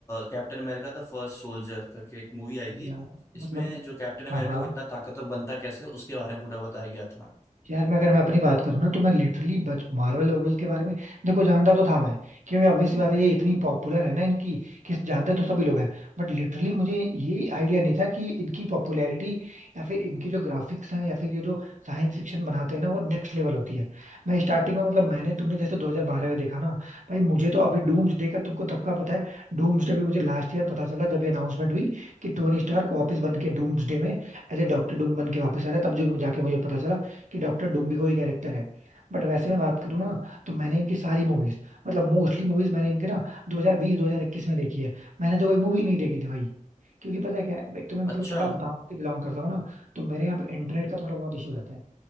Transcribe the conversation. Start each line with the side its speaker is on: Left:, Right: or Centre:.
Left: Captain America the First Soldier करके एक मूवी आई थी
Right: या
Left: इसमें
Right: मतलब
Left: जो कैप्टन अमेरिका
Right: हाँ हाँ
Left: वो इतना ताकतवर बनता कैसे उसके बारे में पूरा बताया गया था
Right: यार मैं अगर मैं अपनी बात करूँ ना तो मैं लिटरली बच मार्वल वार्वल के बारे में देखो जानता तो था मैं क्योंकि obvious सी बात है ये इतनी पॉपुलर है ना इनकी कि जानते तो सभी लोग हैं बट लिटरली मुझे ये आइडिया नहीं था कि इनकी पॉपुलैरिटी या फिर इनके जो ग्राफिक्स हैं या फिर ये जो साइंस फिक्शन बनाते हैं ना वो नेक्स्ट लेवल होती है मैं स्टार्टिंग में मतलब मैंने तुमने जैसे 2012 में देखा ना भाई मुझे तो अभी डूम्सडे का तुमको तब का पता है डूम्सडे भी मुझे लास्ट ईयर पता चला जब ये अनाउंसमेंट हुई कि टोनी स्टार्क वापस बन के डूम्सडे में एज ए डॉक्टर डूम बन के वापस आ रहा है तब जो जाके मुझे पता चला कि डॉक्टर डूम्बी को ही कैरेक्टर है बट वैसे मैं बात करूँ ना तो मैंने इनकी सारी मूवीज मतलब मोस्टली मूवीज मैंने इनके ना 2020 2021 में देखी है मैंने तो कोई मूवी नहीं देखी थी भाई क्योंकि पता है क्या है, एक तो मैं मतलब
Left: अच्छा
Right: थोड़ा गांव से बिलोंग करता हूँ ना तो मेरे यहाँ पे इंटरनेट का थोड़ा बहुत इशू रहता है